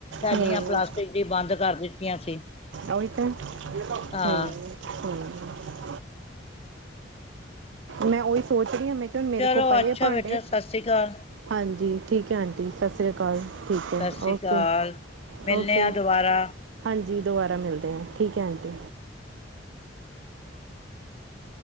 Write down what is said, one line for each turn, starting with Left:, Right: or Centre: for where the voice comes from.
Left: ਸੈਲੀਆਂ
Right: ਹੂੰ
Left: ਪਲਾਸਟਿਕ ਦੀ, ਬੰਦ ਕਰ ਦਿੱਤੀਆਂ ਸੀ
Right: ਔ ਹੀ ਤੇ, ਤਾਂ
Left: ਹਾਂ
Right: ਹੂ ਹੂ ਮੈਂ ਉਹੀ ਸੋਚ ਰਹੀ ਹਾਂ, ਮੈਂ ਕਿ ਹੁਣ ਮੇਰੇ
Left: ਚਲੋ
Right: ਕੋਲ ਪਏ
Left: ਅੱਛਾ
Right: ਆ ਭਾਂਡੇ
Left: ਬੇਟਾ ਸਤਿ ਸ੍ਰੀ ਅਕਾਲ
Right: ਹਾਂਜੀ ਠੀਕ ਹੈ ਆਂ ਜੀ ਸਤਿ ਸ਼੍ਰੀ ਅਕਾਲ, ਠੀਕ
Left: ਸਤਿ
Right: ਹੈ
Left: ਸ੍ਰੀ
Right: ਓਕੇ
Left: ਅਕਾਲ ਮਿਲਣੇ
Right: ਓਕੇ
Left: ਆ
Right: ਜੀ
Left: ਦੁਬਾਰਾ
Right: ਹਾਂਜੀ ਦੁਬਾਰਾ ਮਿਲਦੇ ਹਾਂ, ਠੀਕ ਹੈ ਆਂਟੀ